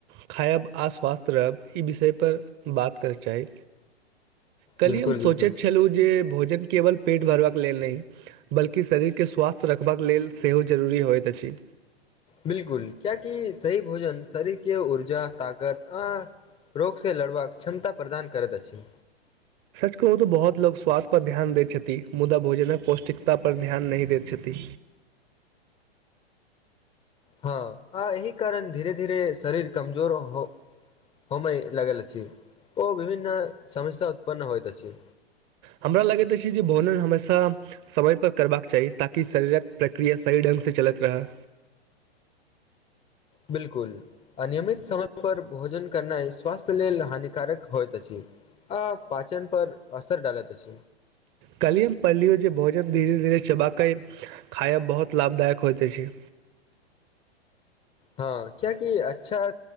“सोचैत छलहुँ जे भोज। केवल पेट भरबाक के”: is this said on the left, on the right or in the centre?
Right